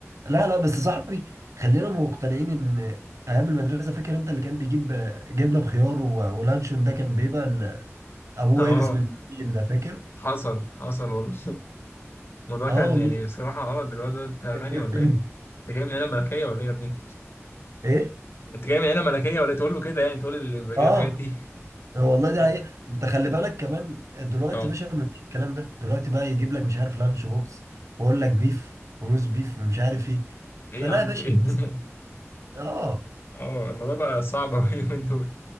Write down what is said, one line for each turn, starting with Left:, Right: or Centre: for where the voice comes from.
Right: لا لا بس صاحبي خلينا مقتنعين ان ايام المدرسة فاكر انت اللي كان بيجيب جبنة بخيار و... ولانشون ده كان بيبقى ال-
Left: <laughs>
Right: ابوه
Left: اه
Right: وارث من الجيل ده فاكر
Left: حصل حصل والله الموضوع
Right: اه
Left: كان
Right: والله
Left: يعني بصراحة اه ده الواد ده انت غني
Right: <clears throat>
Left: ولا ايه؟ انت جاي من عيلة ملكية ولا ايه يا ابني انت؟
Right: ايه
Left: انت جاي من عيلة ملكية ولا ايه؟ تقول له كده يعني تقول اللي بيبقى
Right: اه
Left: جايب الحاجات دي
Right: هو والله
Left: <laughs>
Right: ده
Left: اه
Right: حقيقة انت خلي بالك كمان دلوقتي
Left: اه
Right: يا باشا مفيش الكلام ده دلوقتي بقى يجيب لك مش عارف لانش بوكس واقول لك بيف وروز بيف ومش عارف ايه
Left: ايه
Right: فلا
Left: يا عم
Right: يا باشا
Left: في ايه؟
Right: الناس-
Left: <laughs>
Right: اه
Left: اه الموضوع بقى صعب اوي اليومين دول